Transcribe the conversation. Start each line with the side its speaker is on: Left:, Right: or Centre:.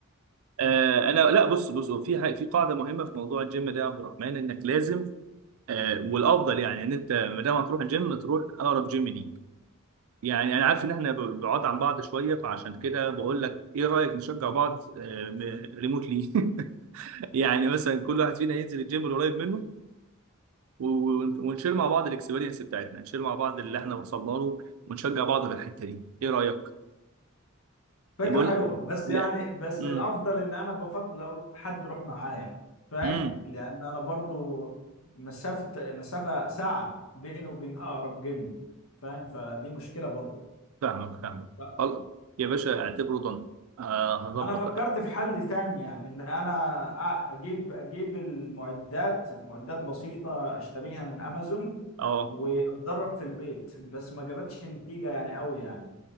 Right: آه أنا لا بص بص هو في حاجة- في قاعدة مهمة في موضوع الجيم ده يا عبد الرحمن إنك لازم آه والأفضل يعني إن أنت ما دام هتروح الجيم تروح أقرب جيم ليك يعني أنا عارف إن إحنا ب- بعاد عن بعض شوية فعشان كده بقول لك إيه رأيك نشجع بعض آه ريموتلي <laughs> يعني مثلا كل واحد فينا ينزل الجيم القريب منه و- و- ونشير مع بعض الاكسبيرينس بتاعتنا نشير مع بعض اللي احنا وصلنا له ونشجع بعض في الحته دي ايه رايك
Left: فكرة
Right: لا بقول
Left: حلوة بس
Right: لا
Left: يعني بس
Right: امم
Left: الأفضل إن أنا بفضل أرو- حد يروح معايا فاهم
Right: امم
Left: لأن أنا برضو مسافة مسافة ساعة بيني وبين أقرب جيم فاهم فدي مشكلة برضو
Right: فاهمك فاهمك
Left: ف-
Right: خلاص يا باشا اعتبره ضن آه هظبط
Left: أنا فكرت
Right: اه
Left: في حل تاني يعني إن أنا أ- أجيب أجيب المعدات معدات بسيطة أشتريها من أمازون
Right: آه.
Left: وأتدرب في البيت بس ما جابتش نتيجة يعني قوي يعني